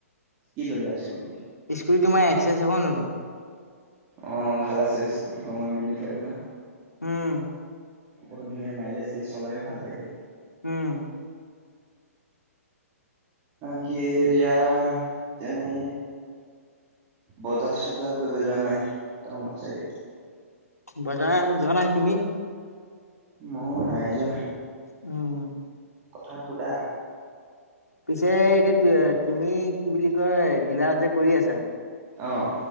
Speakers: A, on the right; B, on the left.
A: কি ল'লা ইস্কুটি?
B: স্কুটি তোমাৰ এক্সেছ এখন ললোঁ।
A: অঁ ভাল আছে স্কুটিখন ওৱান টোৱেন্তি ফাইভ না।
B: উম।
A: বহুত ধুনীয়া মাইলেজ দিয়ে চলাইও ভাল লাগে।
B: উম।
A: কি এতিয়া তুমি বজাৰ চজাৰ কৰিব যোৱা নাই, টাউনৰ চাইডে?
B: বজাৰ যোৱা নাই তুমি?
A: মইও নাই যোৱা।
B: উম।
A: কথা সুধা।
B: পিছে এতিয়া তুমি কি বুলি কয় দিলাৰত যে কৰি আছা।
A: অঁ।